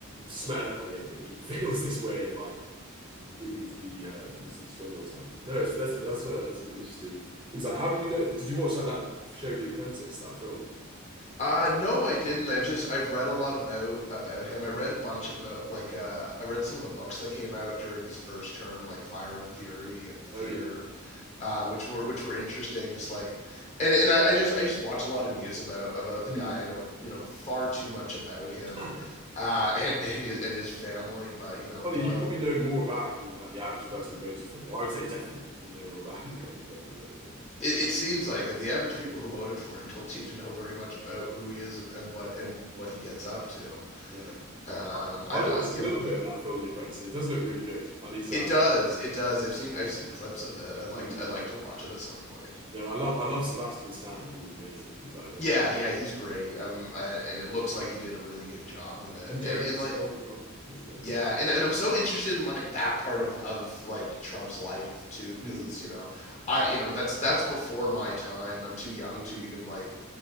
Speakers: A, on the right; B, on the left.
A: smell it on him that he <laughs> feels this way of like needing to be uh needs to be strong all the time. No, it's, that's that's uh, that's an interesting insight. How do you know? Did you watch like that show, The Apprentice, that film?
B: Uh, no, I didn't. I've just I've read a lot about about him. I read a bunch about like uh, I read some of the books that came out during his first term, like Fire and Fury and Fear,
A: Oh yeah.
B: uh, which were which were interesting. Just like and and I, I just I just watch a lot of news about about the
A: Hmm.
B: guy. I know you know far too much about him
A: <laughs>
B: uh, and and his, and his family, but you know,
A: Ollie,
B: don't
A: you
B: have.
A: probably know more about him than like the average person who voted for him. Or I would say definitely you know more about <laughs> him than the average person who voted for him.
B: It, it seems like the average people who voted for him <laughs> don't seem to know very much about
A: No,
B: who he is and, and what and what he gets up to.
A: no.
B: Um,
A: I,
B: I
A: I
B: don't,
A: watched
B: you
A: a little
B: know,
A: bit of that film, The Apprentice. It does look really good. I need to.
B: It
A: I,
B: does. It does. I've seen I've seen clips of it. I'd like
A: Hmm.
B: to, I'd like to watch it at some point.
A: Yeah, and I love I love Sebastian Stan. I think he's amazing. He's like in everything.
B: Yeah, yeah, he's great. Um, I, and it looks like he did a really good job with it.
A: And Jeremy
B: And and
A: Strong
B: like
A: as well. He's great.
B: yeah, and and I'm so interested in like that part of of like Trump's life too,
A: Hmm.
B: because it's you know, I you know that's that's before my time. I'm too young
A: Hmm.
B: to even like